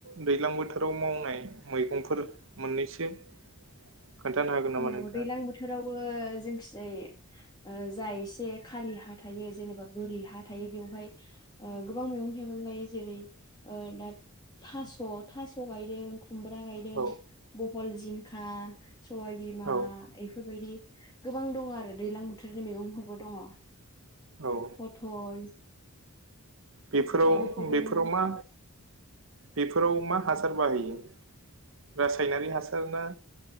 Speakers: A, on the right; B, on the left.
A: दैज्लां बोथोराव मावनाय मैगंफोर मोननैसो <inaudible> हागोन नामा
B: औ
A: नोंथाङा?
B: दैलां बोथोरावबो जोंखिजाय ओ जा एसे खालि हा थायो जेनेबा बोरि हा थायो बेवहाय ओ गोबां मैगं थाइगं गायो जेरै ओ दा थास' थास' गायदों खुमब्रा गायदों
A: औ
B: बहल जिंखा सबाइ बिमा
A: औ
B: इफोरबायदि गोबां दङ' आरो दैलां बोथोरनि मैगंफोरबो दङ'।
A: औ
B: पथल
A: बेफोराव
B: दा बेफोरो
A: बेफोराव
B: न'
A: मा बेफोराव मा? हासार बाहायो रासायनारि हासार ना